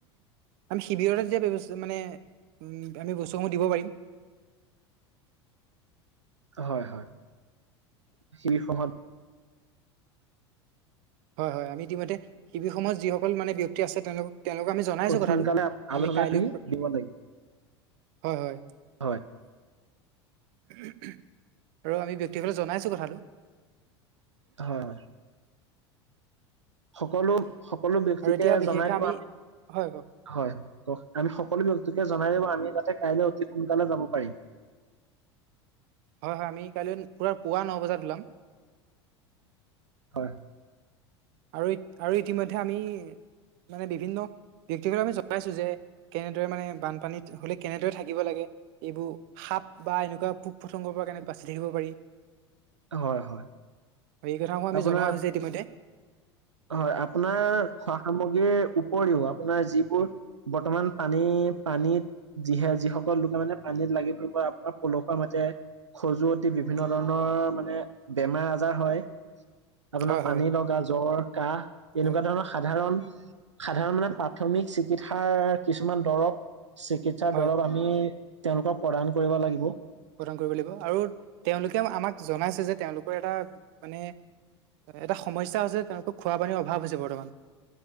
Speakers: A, on the right; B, on the right.
A: আমি শিবিৰতে দিয়া ব্যৱস্থা, মানে আমি বস্তুসমূহ দিব পাৰিম।
B: হয়- হয়। শীৰ্ষহত
A: হয়, হয়। আমি ইতিমধ্যে শিবিৰ সময়ত যিসকল মানে ব্যক্তি আছে তেওঁলোকক তেওঁলোকক আমি জনাইছো
B: অতি
A: কথাটো।
B: সোনকালে আলোচনা
A: আমি কাইলৈ
B: কৰি দিব লাগিব
A: হয়- হয়
B: হয়।
A: আৰু আমি ব্যক্তিসকলে জনাইছো কথাটো।
B: হয়। সকলো সকলো ব্যক্তিকে
A: আৰু এতিয়া বিশেষকে
B: জনাই দিবা।
A: আমি হয় কওক
B: হয়, কওঁক আমি সকলো ব্যক্তিকে জনাই দিবা আমি যাতে কাইলে অতি সোনকালে যাব পাৰিম।
A: হয়, হয়, আমি কাইলৈ পূৰা পুৱা ন বজাত ওলাম।
B: হয়।
A: আৰু আৰু ইতিমধ্যে আমি মানে বিভিন্ন ব্যক্তিকে আমি জনাইছো যে কেনেদৰে মানে বানপানীত হ'লে কেনেদৰে থাকিব লাগে। এইবোৰ সাপ বা এনেকুৱা পোক পতংগৰ পৰা কেনেকৈ বাচি থাকিব পাৰি।
B: হয়, হয়।
A: এই কথাসমূহ আমি
B: আপোনাৰ
A: জনোৱা হৈছে ইতিমধ্যে।
B: হয়, আপোনাৰ খোৱা সামগ্ৰীৰ উপৰিও, আপোনাৰ যিবোৰ বৰ্তমান পানী পানীত যিহে যিসকল লোকে মানে পানীত লাগিব বা আপোনাৰ পলসুৱা মাটি খজুৱতি বিভিন্ন ধৰণৰ মানে বেমাৰ আজাৰ হয়। আপোনাৰ
A: হয়
B: পানী
A: হয়
B: লগা জ্বৰ কাহ এনেকুৱা
A: হয়
B: ধৰণৰ সাধাৰণ সাধাৰণ মানে প্ৰাথমিক চিকিৎসাৰ কিছুমান দ্ৰৱ চিকিৎসাৰ
A: হয়
B: দ্ৰৱ আমি আমি তেওঁলোকক প্ৰদান কৰিব লাগিব।
A: প্ৰদান কৰিব লাগিব আৰু তেওঁলোকে আমাক জনাইছে যে তেওঁলোকৰ এটা মানে এটা সমস্যা হৈছে তেওঁলোকৰ খোৱা পানীৰ অভাৱ হৈছে বৰ্তমান।